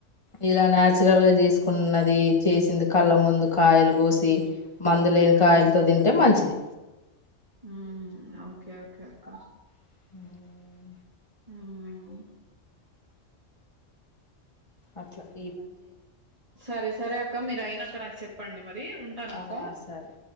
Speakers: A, on the left; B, on the right.
A: ఇలా నాయాచురల్గా చేస్కున్నది చేసింది కళ్ళ ముందు కాయలు కోసి, మందు లేని కాయలతో తింటే మంచిది
B: హమ్ ఒకేఓకే అక్క
A: <inaudible>
B: ఆఉ
A: అట్ల
B: సరే సరే అక్క మీరైనా క నాకు చెప్పండి మర్ డి ఉంటానక్క
A: ఆ సరే